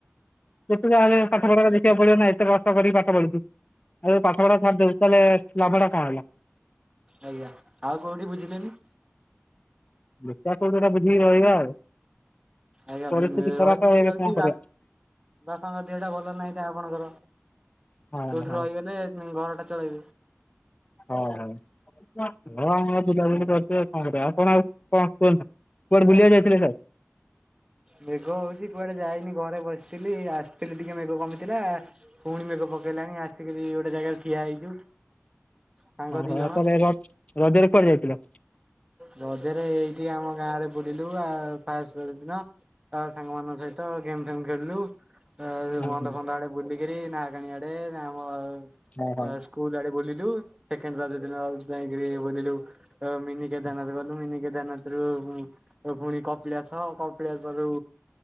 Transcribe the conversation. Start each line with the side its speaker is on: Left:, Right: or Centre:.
Left: ଯେତେ ଯାହାଲେ ପାଠ ପଢାଟା ଦେଖିବାକୁ ପଡିବ ନା ଏତେ କଷ୍ଟ କରିକି ପାଠ ପଠପଡ଼ିଚି ଯଦି ପାଠଟା ଛାଡିଦେବି ତାହେଲେ ଲାଭଟା କଣ ହେଲା।
Right: ଆଜ୍ଞା ଆଉ କୋଉଠି ବୁଝିଲେନି?
Left: ଦେଖିବା କୋଉଠି ଗୋଟେ ବୁଝିକି ରହିବା ଆଉ।
Right: ଆଜ୍ଞା
Left: ପରିସ୍ଥିତି ଖରାପ
Right: ରହିଛି
Left: ଆଉ ଏବେ
Right: ରହିଛି
Left: କଣ କରିବା
Right: ବାପ ବାପାଙ୍କ ଦେହଟା ଭଲ ନାହିଁ ତ ଖଆପଣଙ୍କର।
Left: ହଁ
Right: ସେଉଠି ରହିଗଲେ ଘରଟା ଚଳେଇବି।
Left: ହଁ ହଉ ହ ଆମ ବୁଲାନୁଲି
Right: ଆଜ୍ଞା।
Left: କରୁଛି କଣ ଆଉ। <unintelligible> ଅପଣ ଆଉ କଣ କୁହତନୁ କୁଆଣେ ବୁଲିବାକୁ ଯାଇଥିଲେ ସାର୍?
Right: ମେଘ ହଉଛି କୁଆଡେ ଯାଇନି ଘରେ ବସିଥିଲି ଆସିଥିଲି ଟିକେ ମେଘ କମି ଥିଲା ପୁଣି ମେଘ ପକେଇଲାଣି ଆସିକିରି ଗୋଟେ ଜାଗାରେ ଠିଆ ହେଇଛୁ। ସାଙ୍ଗ
Left: ଓହୋ
Right: ଦି ଜଣ।
Left: ତାହେଲେ ର ରଜରେ କୁଆଡେ ଯାଇଥିଲା?
Right: ରଜରେ ଏଇଠି ଆମ ଗାଁ ରେ ବୁଲିଲୁ ଆଉ ଫାଷ୍ଟ, ଯୋର ଦିନ ତା ସାଙ୍ଗମାନାନଙ୍କ ସହିତ ଗେମ୍ ଫେମ୍ ଖେଳିଲୁ
Left: ହୁଁ
Right: ଵନ୍ଦ
Left: ହୁଁ
Right: ଫନ୍ଦ ଆଡେ ବୁଲିକିରି ନାକାଣି ଆଡେ ଆମ ଆଉ
Left: ଓହୋ
Right: ସ୍କୁଲ ଆଡେ ବୁଲିଲୁ ସେକେଣ୍ଡ ରଜଦିନ ଯାଇକିରି ବୋଲିଲୁ ମିନି କେଦାରନାଥ ଗଲୁ ମିନି କେଦାରନାଥ ରୁ ପୁଣି କପିଳାସ କପିଳାସରୁ